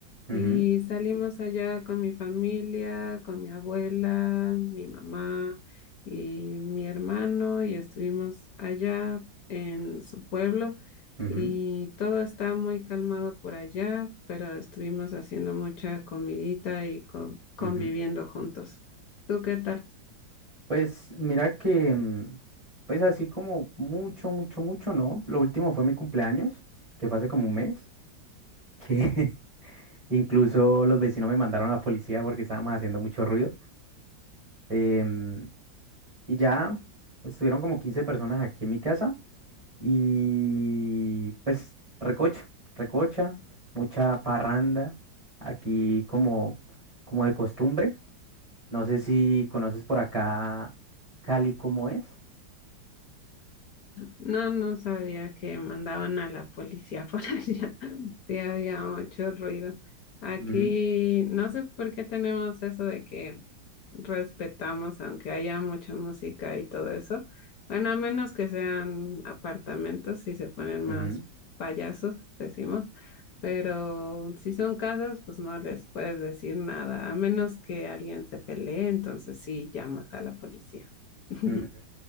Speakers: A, on the right; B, on the left.
A: Ujú,
B: Y salimos allá con mi familia, con mi abuela, mi mamá y mi hermano y estuvimos allá en su pueblo
A: ujú,
B: y todo está muy calmado por allá, pero estuvimos haciendo mucha comidita y co- conviviendo
A: ujú.
B: juntos. ¿Tú qué tal?
A: Pues mira que, mm, pues así como mucho, mucho, mucho, ¿no? Lo último fue mi cumpleaños, que fue hace como un mes, que <laughs> incluso los vecinos me mandaron a la policía porque estábamos haciendo mucho ruido. Em, y ya estuvieron como 15 personas aquí en mi casa y pues recocha, recocha, mucha parranda aquí como, como de costumbre. No sé si conoces por acá Cali cómo es.
B: No, no sabía que mandaban a la policía por <laughs> allá. Sí, había mucho ruido. Aquí
A: Ujú,
B: no sé por qué tenemos eso de que respetamos, aunque haya mucha música y todo eso. Bueno, a menos que sean apartamentos y se ponen más
A: ujú,
B: payasos, decimos. Pero si son casas, pues no les puedes decir nada, a menos que alguien se pelee, entonces sí llamas a la policía. <laughs>
A: ujú.